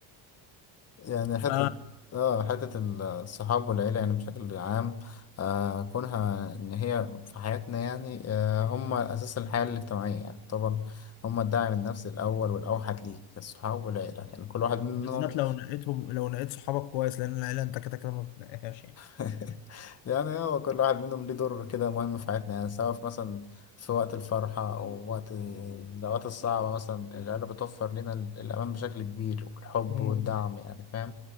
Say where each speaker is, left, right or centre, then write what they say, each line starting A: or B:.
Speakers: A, on the left; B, on the left.
A: يعني
B: <laughs>
A: حتة
B: ف
A: اه حتة الصحاب والعيلة يعني بشكل عام آه كونها إن هي في حياتنا يعني آه هم أساس الحياة الاجتماعية يعني طبعا هم الداعم النفسي الأول والأوحد ليك الصحاب والعيلة يعني كل واحد منهم
B: بالذات لو نقيتهم لو نقيت صحابك كويس لان العيله انت كده كده ما بتنقيهاش يعني
A: <laughs> يعني هو كل واحد منهم ليه دور كده مهم في حياتنا يعني سواء في مثلا في وقت الفرحة أو وقت الأوقات الصعبة مثلا العيلة بتوفر لنا ال- الأمان بشكل كبير والحب
B: مم.
A: والدعم يعني فاهم